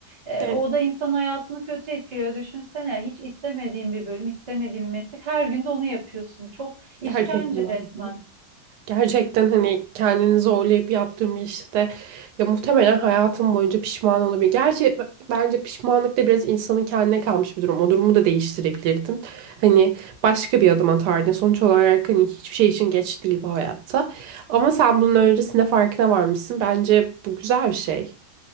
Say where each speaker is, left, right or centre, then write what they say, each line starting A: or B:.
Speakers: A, on the right; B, on the right.
A: E,
B: Evet,
A: o da insan hayatını kötü etkiliyor. Düşünsene hiç istemediğin bir bölüm, istemediğin bir meslek. Her gün de onu yapıyorsun. Çok işkence
B: gerçekten öyle.
A: resmen.
B: Gerçekten hani kendini zorlayıp yaptığım bir işte ya muhtemelen hayatım boyunca pişman olabilir. Gerçi e, bence pişmanlık da biraz insanın kendine kalmış bir durum. O durumu da değiştirebilirdin. Hani başka bir adım atardın. Sonuç olarak hani hiçbir şey için geç değil bu hayatta. Ama sen bunun öncesinde farkına varmışsın. Bence bu güzel bir şey.